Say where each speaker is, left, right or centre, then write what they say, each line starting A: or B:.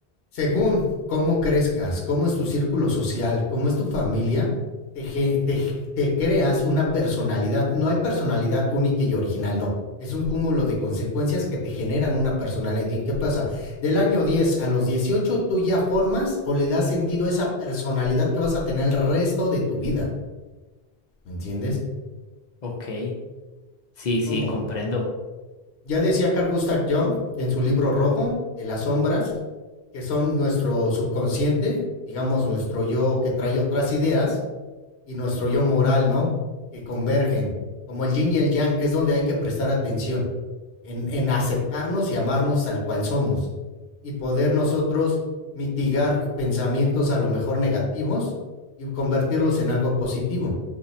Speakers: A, on the left (about 70°); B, on the left (about 50°).
A: Según cómo crezcas, cómo es tu círculo social, cómo es tu familia, te, ge- te- ge- te creas una personalidad. No hay personalidad única y original, no. Es un cúmulo de consecuencias que te generan una personalidad. ¿Y qué pasa? Del año 10 a los 18, tú ya formas o le das sentido a esa personalidad que vas a tener el resto de tu vida. ¿Me entiendes?
B: ok. Sí, sí,
A: ¿Cómo?
B: comprendo.
A: Ya decía Carl Gustav Jung en su libro rojo de las sombras, que son nuestro subconsciente, digamos nuestro yo que trae otras ideas y nuestro yo moral, ¿no? Que convergen. Como el yin y el yang es donde hay que prestar atención, en, en aceptarnos y amarnos tal cual somos y poder nosotros mitigar pensamientos a lo mejor negativos y convertirlos en algo positivo.